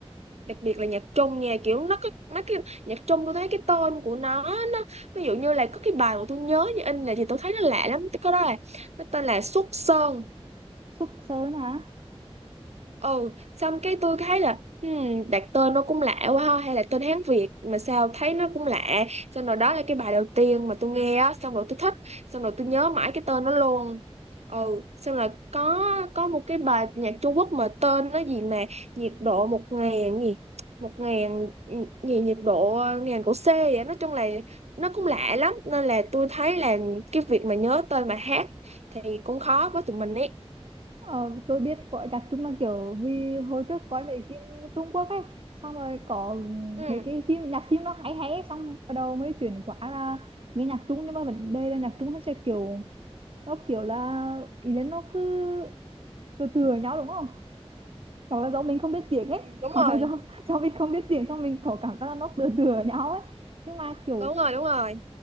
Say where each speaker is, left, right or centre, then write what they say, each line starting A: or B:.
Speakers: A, on the right; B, on the right.
A: đặc biệt là nhạc Trung nha, kiểu nó có mấy cái nhạc Trung tôi thấy cái tên của nó nó ví dụ như là có cái bài mà tôi nhớ như in là thì tôi thấy nó lạ lắm. Cái đó là nó tên là Xuất Sơn.
B: Xúc Sơn hả
A: ừ xong cái tôi thấy là hmm, đặt tên nó cũng lạ quá ha hay là tên Hán Việt mà sao thấy nó cũng lạ xong rồi đó là cái bài đầu tiên mà tôi nghe á xong rồi tôi thích xong rồi tôi nhớ mãi cái tên nó luôn ừ xong rồi có có một cái bài nhạc Trung Quốc mà tên nó gì mà nhiệt độ một ngàn gì một ngàn gì nhiệt độ ngàn của C vậy nói chung là nó cũng lạ lắm nên là tôi thấy là cái việc mà nhớ tên mà hát thì cũng khó với tụi mình ấy
B: Ờ, tôi biết có chắc chung là kiểu vì hồi trước coi mấy phim Trung Quốc ấy xong rồi có
A: ừ,
B: mấy cái phim nhạc phim nó hay hay ấy, xong bắt đầu mới chuyển qua là nghe nhạc Trung nhưng mà vấn đề là nhạc Trung nó sẽ kiểu nó kiểu là ý đến nó cứ từ từ ở nhau đúng không hoặc là do mình không biết tiếng
A: Ừ,
B: ấy <laughs>
A: đúng
B: hoặc
A: rồi
B: là do do mình không biết tiếng xong mình có cảm giác là nó từ từ ở nhau ấy nhưng mà kiểu
A: đúng rồi đúng rồi